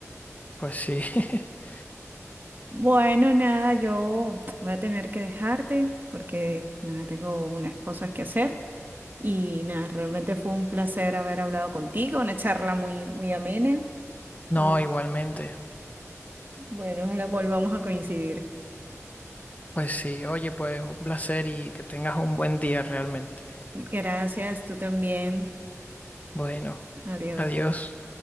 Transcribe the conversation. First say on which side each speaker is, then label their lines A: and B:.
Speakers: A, on the left; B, on the right.
A: pues sí. <laughs>
B: Bueno, nada, yo voy a tener que dejarte porque, nada, tengo unas cosas que hacer y nada, realmente fue un placer haber hablado contigo, una charla muy, muy amena
A: No,
B: y
A: igualmente.
B: bueno, ojalá volvamos a coincidir.
A: Pues sí, oye, pues un placer y que tengas un buen día realmente.
B: Gracias, tú también.
A: Bueno,
B: Adiós.
A: adiós.